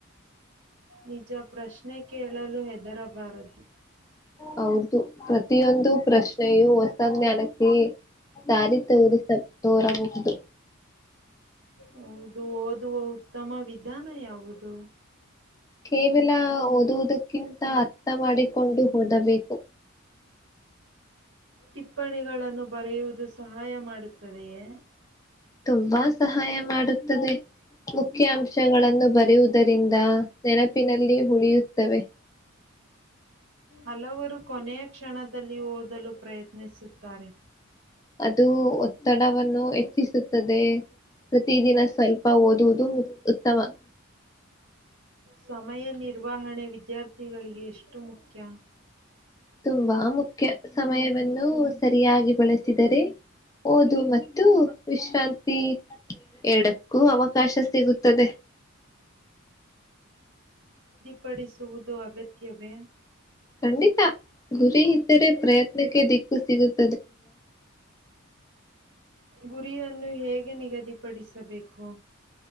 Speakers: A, on the right (about 60°); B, on the left (about 15°).
A: ನಿಜ ಪ್ರಶ್ನೆ ಕೇಳಲು ಹೆದರಬಾರದು
B: ಹೌದು ಪ್ರತಿಯೊಂದು ಪ್ರಶ್ನೆಯು ಹೊಸ ಜ್ಞಾನಕ್ಕೆ ದಾರಿ ತೋರಿಸ ತೋರಬಹುದು
A: ಹೌದು ಓದುವ ಉತ್ತಮ ವಿಧಾನ ಯಾವುದು
B: ಕೇವಲ ಓದುವುದಕ್ಕಿಂತ ಅರ್ಥ ಮಾಡಿಕೊಂಡು ಓದಬೇಕು
A: ಟಿಪ್ಪಣಿಗಳನ್ನು ಬರೆಯುವುದು ಸಹಾಯ ಮಾಡುತ್ತದೆಯೇ
B: ತುಂಬಾ ಸಹಾಯ ಮಾಡುತ್ತದೆ ಮುಖ್ಯ ಅಂಶಗಳನ್ನು ಬರೆಯುವುದರಿಂದ ನೆನಪಿನಲ್ಲಿ ಉಳಿಯುತ್ತವೆ <inaudible>
A: ಹಲವರು ಕೊನೆಯ ಕ್ಷಣದಲ್ಲಿ ಓದಲು ಪ್ರಯತ್ನಿಸುತ್ತಾರೆ
B: ಅದು ಒತ್ತಡವನ್ನು ಹೆಚ್ಚಿಸುತ್ತದೆ ಪ್ರತಿದಿನ ಸ್ವಲ್ಪ ಓದುವುದು ಮತ್ಉತ್ತಮ
A: ಸಮಯ ನಿರ್ವಹಣೆ ವಿದ್ಯಾರ್ಥಿಗಳಿಗೆ ಎಷ್ಟು ಮುಖ್ಯ
B: ತುಂಬಾ ಮುಖ್ಯ ಸಮಯವನ್ನು ಸರಿಯಾಗಿ ಬಳಸಿದರೆ ಓದು ಮತ್ತು ವಿಶ್ರಾಂತಿ ಎರಡಕ್ಕೂ ಅವಕಾಶ ಸಿಗುತ್ತದೆ
A: ಪಡಿಸುವುದು ಅಗತ್ಯವೆ
B: ಖಂಡಿತ ಗುರಿ ಇದ್ದರೆ ಪ್ರಯತ್ನಕ್ಕೆ ದಿಕ್ಕು ಸಿಗುತ್
A: ಗುರಿಯನ್ನು ಹೇಗೆ ನಿಗದಿಪಡಿಸಬೇಕು